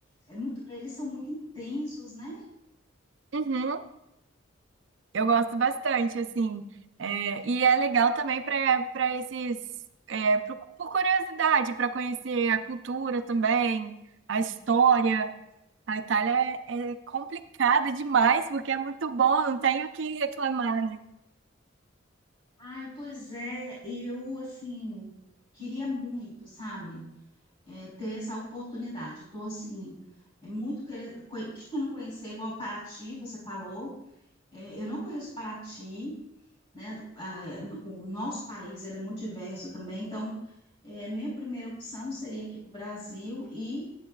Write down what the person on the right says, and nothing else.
Uhum. Eu gosto bastante, assim. É, e é legal também para para esses, é, pro- por curiosidade, para conhecer a cultura também, a história. A Itália é, é complicada demais, porque é muito bom, não tenho o que reclamar, né?